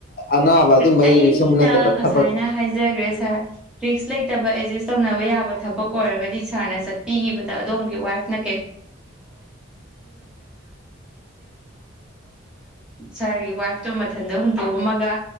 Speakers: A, on the left; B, in the centre.
A: ꯑꯅꯥꯕ ꯑꯗꯨꯝꯕꯒꯤ
B: ꯑꯩꯅ
A: ꯔꯤꯛꯁ ꯑꯃ ꯅꯠꯇꯕ
B: ꯉꯁꯥꯏꯅ
A: ꯊꯕꯛ
B: ꯍꯥꯏꯖꯈ꯭ꯔꯦ ꯁꯥꯔ ꯔꯤꯛꯁ ꯂꯩꯇꯕ ꯑꯦꯗꯖꯁ ꯇꯧꯅꯕ ꯌꯥꯕ ꯊꯕꯛ ꯑꯣꯏꯔꯒꯗꯤ ꯁꯥꯔꯅ ꯆꯠꯄꯤꯈꯤꯕꯗ ꯑꯗꯣꯝꯒꯤ ꯋꯥꯏꯐꯅ ꯁꯥꯔꯒꯤ ꯋꯥꯏꯐ ꯇꯨ ꯃꯊꯟꯇ ꯍꯨꯟꯇꯣꯛꯑꯝꯃꯒ